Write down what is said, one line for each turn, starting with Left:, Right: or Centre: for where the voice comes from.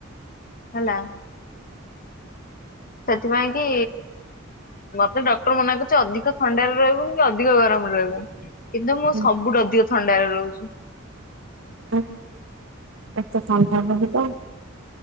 Left: ହେଲା। ସେଥିପାଇଁ କି ମତେ ଡକ୍ଟର ମନା କରିଛି ଅଧିକ ଥଣ୍ଡାରେ ରହିବୁନି କି ଅଧିକ ଗରମରେ ରହିବୁନି। କିନ୍ତୁ
Right: ପାଇଁ?
Left: ମୁଁ ସବୁଠୁ ଅଧିକ ଥଣ୍ଡାରେ ରହୁଛି।
Right: ଆ ଏତ ସଥା ଭାାବି ତ।